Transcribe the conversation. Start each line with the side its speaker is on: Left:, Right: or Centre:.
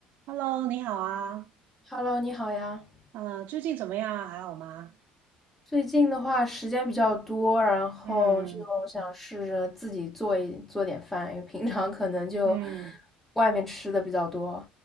Right: Hello，你好啊，
Centre: Hello，你好呀。
Right: 呃，最近怎么样啊还好吗？
Centre: 最近的话时间比较多，然后就想试着自己做一做点饭，
Right: 嗯
Centre: 因为平常可能就
Right: 嗯，
Centre: 外面吃的比较多。